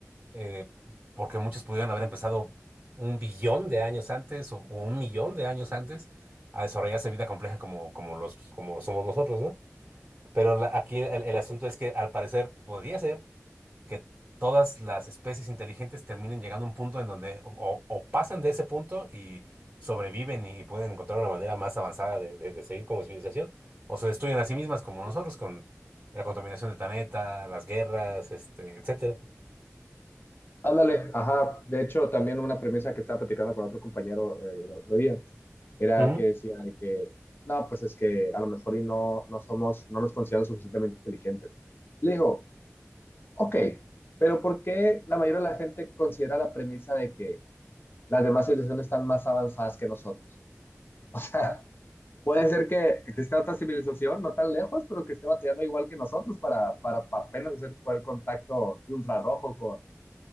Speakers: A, on the right; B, on the left.
A: eh, porque muchos pudieran haber empezado un billón de años antes o, o un millón de años antes a desarrollarse vida compleja como, como los, como lo somos nosotros, ¿no? Pero la- aquí el, el asunto es que al parecer podría ser que todas las especies inteligentes terminen llegando a un punto en donde o, o- o pasan de ese punto y sobreviven y, pueden encontrar una manera más avanzada de, de de seguir como civilización, o se destruyen a sí mismas como nosotros con la contaminación del planeta, las guerras, este, etcétera.
B: ándale, ajá. De hecho, también una premisa que estaba platicando con otro compañero eh, el otro día era
A: Ujú.
B: que decía que, no, pues es que a lo mejor y no, no somos, no nos consideramos suficientemente inteligentes. Le digo, Ok, pero ¿por qué la mayoría de la gente considera la premisa de que las demás civilizaciones están más avanzadas que nosotros? <laughs> O sea, puede ser que exista otra civilización, no tan lejos, pero que esté batallando igual que nosotros para, para, para apenas hacer poder contacto infrarrojo con,